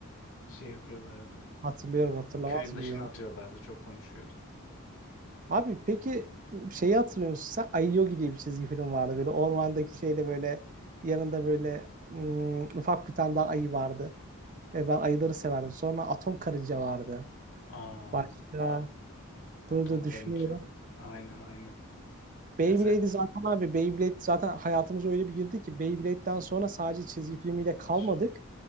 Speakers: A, on the left (about 60°); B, on the right (about 35°).
A: Şey yapıyorlardı.
B: hatırlıyorum hatırlamaz
A: E, köyün
B: mı
A: dışına
B: ya?
A: atıyorlardı. Çok konuşuyordu.
B: Abi peki şeyi hatırlıyor musun sen? Ayogi diye bir çizgi film vardı. Böyle ormandaki şeyde böyle yanında böyle ım, ufak bir tane daha ayı vardı. E, ben ayıları severdim. Sonra atom karınca vardı.
A: Aa,
B: Başka
A: atom
B: dur dur düşünüyorum.
A: karınca. Aynen aynen.
B: Beyblade'i
A: Ya sen
B: zaten abi Beyblade zaten hayatımıza öyle bir girdi ki Beyblade'den sonra sadece çizgi filmiyle kalmadık.
A: Ş-